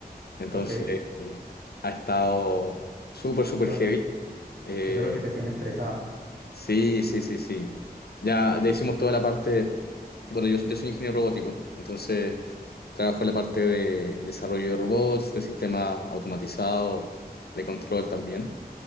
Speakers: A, on the left; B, on the right.
A: Entonces,
B: ok. Eso,
A: eh, ha estado súper, súper
B: eso
A: heavy. Eh,
B: es lo que te tiene estresado.
A: Sí, sí, sí, sí. Ya, ya hicimos toda la parte, bueno, yo, yo soy ingeniero robótico, entonces trabajo en la parte de desarrollo de robots, de sistemas automatizados, de control también.